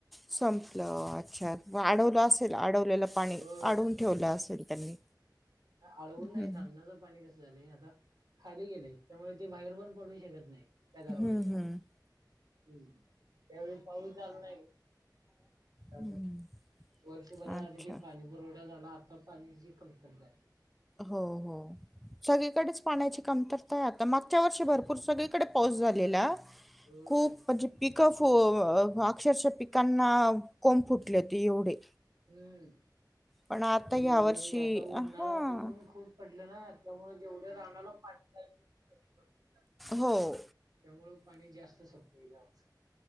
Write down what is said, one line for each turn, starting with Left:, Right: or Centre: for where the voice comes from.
Centre: संपलं अच्छा आडवलं असेल
Right: आता.
Centre: आडवलेलं पाणी
Right: होय
Centre: आडवून ठेवलं असेल त्यांनी
Right: आळवून
Centre: हम्म
Right: नाही धरणाचं पाणी कसं झालं आता खाली गेलंय त्यामुळे ती बाहेर पण पडू शकत नाही त्या दरवाज्यात
Centre: हम्म हम्म
Right: हम्म त्यावेळी पाहू चाल नाही त्यामुळे
Centre: हम्म.
Right: वर्षभरासाठी
Centre: अच्छा
Right: ते पाणी पुरवठा झाला आता पाणीची कमतरता आहे
Centre: हो हो सगळीकडेच पाण्याची कमतरता आहे आता मागच्या वर्षी भरपूर सगळीकडे पाऊस झालेला
Right: होय
Centre: खूप म्हणजे पिकं फ अक्षरशः पिकांना कोंब फुटले हो ते एवढे
Right: हम्म
Centre: पण
Right: आता
Centre: ह्या
Right: झालं
Centre: वर्षी
Right: आता
Centre: हा
Right: उन्हाळा उऊन खूप पडलं ना त्यामुळे जेवढ्या रानाला पाडता पाऊस कधी पडतो या
Centre: हो
Right: त्यामुळ पाणी जास्त सपुया